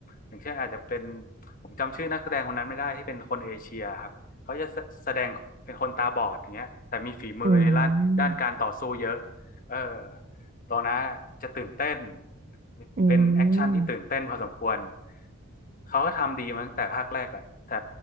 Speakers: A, on the left; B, on the right.
A: อย่างเช่นอาจจะเป็นผมจำชื่อนักแสดงคนนั้นไม่ได้ที่เป็นคนเอเชียครับเขาจะแสแสดงเป็นคนตาบอดอย่างเงี้ยแต่มีฝีมือในด้านด้านการต่อสู้เยอะ
B: อืม
A: เออตัวนั้นจะตื่นเต้น
B: อืม
A: เป็นแอคชั่นที่ตื่นเต้นพอสมควร เขาก็ทำดีมาตั้งแต่ภาคแรกแหละแต่